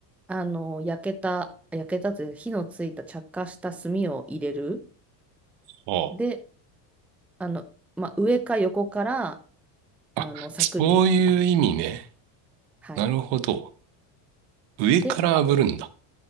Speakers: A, in the centre; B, on the right.
A: あの、焼けた、焼けたという火のついた着火した炭を入れる。
B: あ
A: で、あの、まあ、上か横から、
B: あ。
A: あの、
B: あ、
A: 柵に当てる。
B: そういう意味ね。
A: はい。
B: なるほど。上から炙るんだ。
A: で、あ